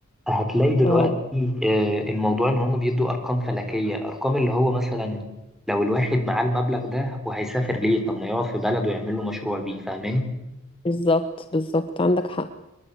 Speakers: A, in the centre; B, on the left (about 25°).
A: هتلاقي دلوقتي
B: اه
A: آه، الموضوع ان هم بيدوا ارقام فلكيه ارقام اللي هو مثلا لو الواحد معاه المبلغ ده وهيسافر ليه طب ما يقعد في بلده ويعمل له مشروع بيه فاهماني
B: بالظبط بالظبط عندك حق